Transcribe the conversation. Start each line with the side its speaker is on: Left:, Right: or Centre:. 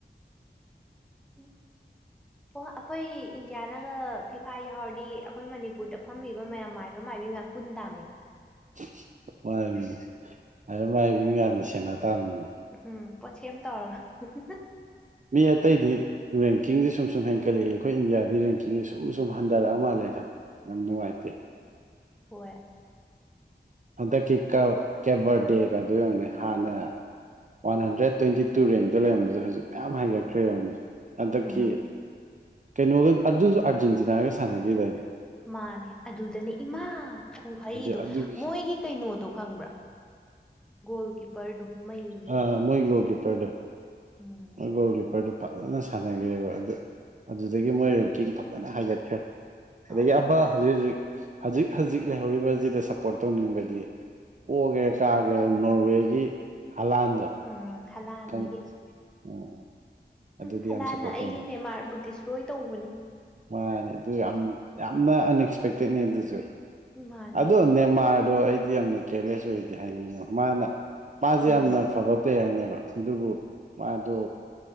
Centre: <unintelligible> ꯑꯣ ꯑꯩꯈꯣꯏ ꯏꯟꯗꯤꯌꯥꯅꯒ ꯐꯤꯐꯥ ꯌꯥꯎꯔꯗꯤ ꯑꯩꯈꯣꯏ ꯃꯅꯤꯄꯨꯔꯗ ꯐꯝꯃꯤꯕ ꯃꯌꯥꯝ ꯃꯥꯏꯕ ꯃꯥꯏꯕꯤ ꯃꯌꯥꯝ ꯄꯨꯟꯇꯥꯃꯤ
Right: <unintelligible> ꯃꯥꯏꯕ ꯃꯥꯏꯕꯤ ꯃꯌꯥꯝꯅ ꯁꯦꯟꯅ ꯇꯥꯕꯅꯤꯅꯦ
Centre: ꯎꯝ ꯄꯣꯠꯁꯦꯝ ꯇꯧꯔꯒ <unintelligible>
Right: ꯃꯤ ꯑꯇꯩꯩꯗꯤ ꯔꯦꯡꯀꯤꯡꯖꯦ ꯁꯨꯝ ꯁꯨꯝ ꯍꯦꯟꯀꯠꯂꯛꯏ ꯑꯩꯈꯣꯏ ꯏꯟꯗꯤꯌꯥꯗꯤ ꯔꯦꯡꯀꯤꯡꯖꯦ ꯁꯨꯝ ꯁꯨꯝ ꯍꯟꯊꯔꯛꯑ ꯃꯥꯜꯂꯦꯗꯥ ꯌꯥꯝ ꯅꯨꯡꯉꯥꯏꯇꯦ
Centre: ꯍꯣꯏ
Right: ꯍꯟꯗꯛꯀꯤ ꯀꯕ ꯀꯦꯕꯔꯗꯦꯒ ꯒꯗꯣ ꯌꯦꯡꯉꯨꯅꯦ ꯍꯥꯟꯅ ꯋꯥꯟ ꯍꯟꯗ꯭ꯔꯦꯠ ꯇ꯭ꯋꯦꯟꯇꯤ ꯇꯨ ꯔꯦꯡꯇ ꯂꯩꯔꯝꯕꯖꯦ ꯍꯧꯖꯤꯛ ꯃꯌꯥꯝ ꯍꯥꯏꯒꯠꯈ꯭ꯔꯦꯕꯅꯦ ꯍꯟꯗꯛꯀꯤ
Centre: ꯎꯝ
Right: ꯀꯩꯅꯣꯒ ꯑꯗꯨꯖꯨ ꯑꯥꯔꯖꯦꯟꯇꯤꯅꯥꯒ ꯁꯥꯟꯅꯈꯤꯗꯥꯏꯅꯦ
Centre: ꯃꯥꯅꯦ ꯑꯗꯨꯗꯅꯦ ꯏꯃꯥ ꯈꯨꯍꯩꯗꯣ
Right: ꯍꯧꯖꯤꯛ ꯑꯗꯨꯒꯤ
Centre: ꯃꯣꯏꯒꯤ ꯀꯩꯅꯣꯗꯣ ꯈꯪꯕ꯭ꯔꯥ ꯒꯣꯜ ꯀꯤꯞꯄꯔꯗꯣ ꯃꯩꯅꯤ
Right: ꯑ ꯃꯣꯏ ꯒꯣꯜ ꯀꯤꯄꯔꯗꯣ
Centre: ꯎꯝ
Right: ꯒꯣꯜ ꯀꯤꯄꯔꯗ ꯐꯖꯅ ꯁꯥꯟꯅꯒꯔꯦꯕ ꯑꯗꯨ ꯑꯗꯨꯗꯒꯤ ꯃꯣꯏ ꯔꯦꯡꯀꯤꯡ ꯐꯖꯅ ꯍꯥꯏꯒꯠꯈ꯭ꯔꯦ ꯑꯗꯒꯤ
Centre: ꯑꯧ
Right: ꯑꯃ ꯍꯧꯖꯤꯛ ꯍꯧꯖꯤꯛ ꯍꯖꯤꯛ ꯍꯖꯤꯛ ꯂꯩꯍꯧꯔꯤꯕꯖꯝꯗ ꯁꯞꯄꯣꯔꯠ ꯇꯧꯅꯤꯡꯕꯗꯤ ꯑꯣꯒꯦꯔꯥ ꯀꯥꯒꯦꯔ ꯅꯣꯔꯋꯦꯒꯤ ꯍꯂꯥꯟ
Centre: ꯎꯝ ꯍꯂꯥꯟ
Right: <unintelligible>
Centre: ꯍꯣꯏꯒꯤ ꯎꯝ
Right: ꯑꯗꯨꯗꯤ
Centre: ꯍꯂꯥꯟꯅ
Right: ꯌꯥꯝ ꯁꯞꯄꯣꯔꯠ ꯇꯧꯅꯤ
Centre: ꯑꯩꯒꯤ ꯅꯦꯃꯥꯔꯕꯨ ꯙꯤꯁꯇꯔꯑꯣꯏ ꯇꯧꯕꯅꯤ
Right: ꯃꯥꯅꯦ ꯑꯗꯨ ꯌꯥꯝ ꯌꯥꯝꯅ ꯑꯟꯑꯦꯛꯁꯄꯦꯛꯇꯦꯠꯅꯤ ꯑꯗꯨꯖꯨ
Centre: ꯃꯥꯅꯦ
Right: ꯑꯗꯣ ꯅꯦꯃꯥꯔꯗꯣ ꯑꯩꯗꯤ ꯌꯥꯝꯅ ꯀꯦꯌꯔꯂꯦꯁ ꯑꯣꯏꯗꯤ ꯍꯥꯏꯅꯤꯡꯉꯤꯉꯣ ꯃꯥꯅ ꯃꯥꯖꯦ
Centre: ꯎꯝ
Right: ꯌꯥꯝꯅ ꯐꯕ ꯄ꯭ꯂꯦꯌꯔ ꯅꯦꯕ ꯑꯗꯨꯕꯨ ꯃꯥꯗꯣ